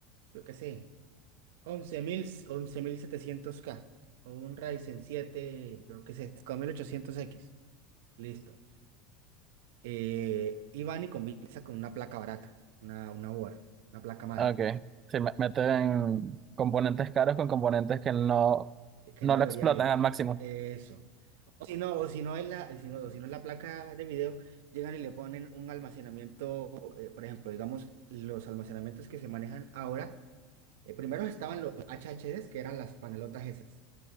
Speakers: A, on the right (about 75°); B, on the right (about 35°).
A: yo qué sé, once once mil once mil setecientos k o un Ryzen siete yo qué sé, cinco mil ochocientos x Listo. Eh, y van y combinan con una placa barata, una, una board, una placa madre,
B: Ah, Okay, Sí, me- meten componentes caros con componentes que no,
A: que
B: no
A: no deberían
B: lo explotan
A: ir.
B: al máximo.
A: E- Eso. O si no, o si no es la, si no, o si no es la placa de video, llegan y le ponen un almacenamiento, eh, por ejemplo, digamos, los almacenamientos que se manejan ahora Eh, primero estaban los HHDs, que eran las panelotas esas,